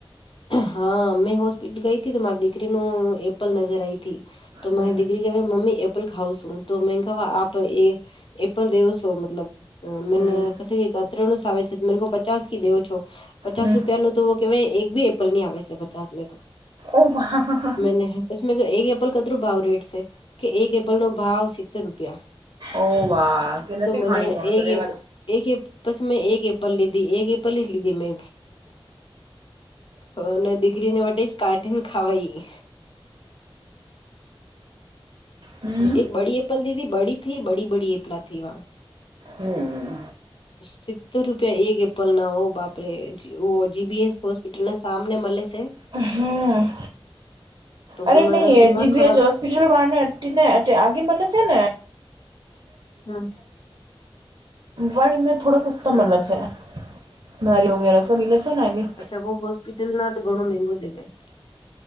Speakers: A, on the left (about 60°); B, on the right (about 60°).
A: હા મેં હોસ્પિટલ ગઈ હતી તો મારી દીકરીનું એપલ નજર આઈ હતી. તો
B: હમ
A: મારી દીકરી કે મમ્મી એપલ ખાવં છું તો મે કવા આપ એ. એપ્રલ દવસો મતલબ. મે
B: હમ
A: પછી અત્ર નું સા આવે છે મન કો પચાસ કી દેવ છો. પચાસ
B: હમ
A: રૂપિયા નું તો કેવાય એક બી એપલ ની આવે છે પચાસ મે તો
B: ઓ વાહ.
A: મેને. દમે કહ એક એપલ કદરું ભાવ રેટ છે કે એક એપલ નો ભાવ સિત્તેર રૂપિયા.
B: ઓહ વાહ કે નથી
A: તો મને
B: ખાણી મળતો
A: એક
B: રવા.
A: એક પસ મેં એક એપલ લીધી એક એ પલી લીધી મે. અને દીકરીને વ કાર્ટીન ખાવાઈ.
B: હમ.
A: એક બડી એપલ દીદી બડી થી બડી બડી એપલાથી વા.
B: હમ
A: સિત્તેર રૂપિયા એક એપલ ના હોઉ બાપરે જીબીએસ હોસ્પિટલને સામને મળે છે.
B: હમ
A: તો
B: અરે નહી
A: દિમાગ
B: હજી બી
A: ખરાબ
B: જ. પટ બનેને આગે મળે છે ને.
A: હમ
B: પણમે થોડો સસ્તો
A: હા
B: મતલબ છે. નારી વગેરે સ ઈલેે છે ને આગે.
A: અચ્છા બહ હોસ્પિટલ ના તો ઘણો મંગો દેવા.